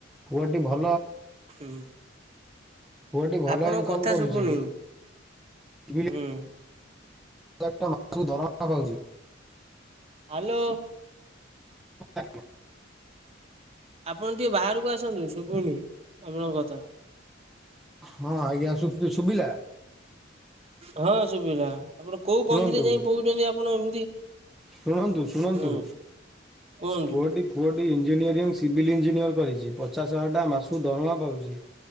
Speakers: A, in the centre; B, on the right.
A: ପୁଅଟି ଭଲ
B: ହୁଁ
A: ପୁଅଟି ଭଲ
B: ଆପଣଙ୍କ
A: ଇନକମ୍
B: କଥା
A: କରୁଛି
B: ଶୁଭୁନି।
A: ବିଲ୍
B: ହୁଁ।
A: <unintelligible>
B: ହ୍ୟାଲୋ।
A: <unintelligible>
B: ଆପଣ ଟିକେ ବାହାରକୁ ଆସନ୍ତୁ ଶୁଭୁନି ଆପଣଙ୍କ କଥା।
A: ହଁ ଆଜ୍ଞା ଶୁଭିଲା?
B: ହଁ ସୁବିଧା ଆପଣ କୋଉ କନ୍ଥିରେ
A: ଶୁଣନ୍ତୁ
B: ଯାଇ କହୁଛନ୍ତି ଆପଣ ଏମିତି
A: ଶୁଣନ୍ତୁ ଶୁଣନ୍ତୁ
B: ହୁଁ କୁହନ୍ତୁ
A: ପୁଅଟି ପୁଅଟି ଇଞ୍ଜିନିୟରିଂ ସିଭିଲ୍ ଇଞ୍ଜିନିୟରିଂ କରିଛି ପଚାଶ ହଜାର ଟଙ୍କା ମାସକୁ ଦରମା ପାଉଛି